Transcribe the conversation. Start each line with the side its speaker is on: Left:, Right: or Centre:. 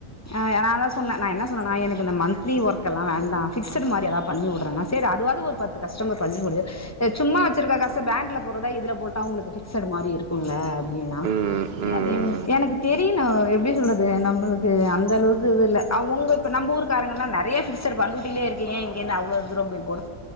Left: அ யநா தா சொன்னே நா என்ன சொன்னன்னா எனக்கு இந்த மந்த்லி ஒர்க்கெல்லா வேண்டா ஃப்ஸடு மாரி எதா பண்ணி உட்றனா சேரி அதுவாது ஒரு பத்து கஸ்டமர் பண்ணி உடு எ சும்மா வெச்சிருக்க கஸ் த்த பேங்க்ல போட்றதா இதுல போட்டா உங்களுக்கு ஃபிக்சடு மாரி இருக்குல்ல ஈன்னா
Right: ம் ம் ம் ம்
Left: எதைம் எனக்கு தெரியுனு எப்டி சொல்றது நம்புளுக் து அந்த அளவுக்கு இதுல்ல அவுங்க இப்ப நம்பு ஊருக்காரங்கன்னா நறைய ஃபிக்ஸடு பண்டுட்டிலேருக்கு ஏ இங்கேந்து அவ்ளோ தூரம் போய் போடு